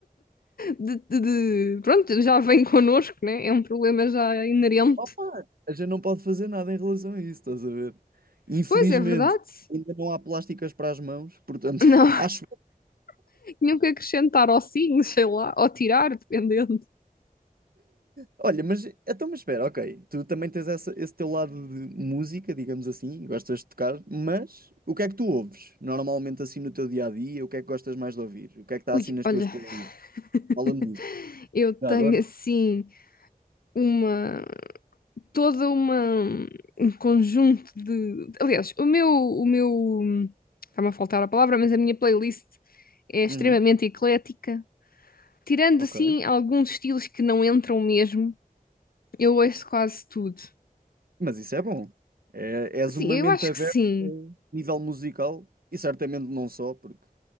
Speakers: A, on the left; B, on the right.
A: de, de- de- Pronto, já vem connosco, né? É um problema já inerente.
B: Opa, a gente não pode fazer nada em relação a isso, estás a ver? Infelizmente,
A: Pois, é verdade.
B: ainda não há plásticas para as mãos, portanto,
A: Não,
B: <laughs> acho
A: <laughs> tinham que acrescentar ou sim, sei lá, ou tirar, dependendo.
B: Olha, mas então, mas espera, ok. Tu também tens essa- esse teu lado de música, digamos assim, gostas de tocar, mas o que é que tu ouves normalmente assim no teu dia a dia? O que é que gostas mais de ouvir? O que é que está
A: Ui,
B: assim nas
A: olha,
B: tuas playlists?
A: <laughs>
B: Fala-me disso.
A: eu tenho
B: Já agora?
A: assim uma... Toda uma... Um conjunto de... Aliás, o meu... O meu... hum, Está-me a faltar a palavra, mas a minha playlist é extremamente
B: Uhum,
A: eclética Tirando
B: ok.
A: assim alguns estilos que não entram mesmo, eu ouço quase tudo.
B: Mas isso é bom. É, és
A: Sim,
B: uma
A: eu
B: mente
A: acho
B: aberta
A: que sim.
B: a nível musical e certamente não só, porque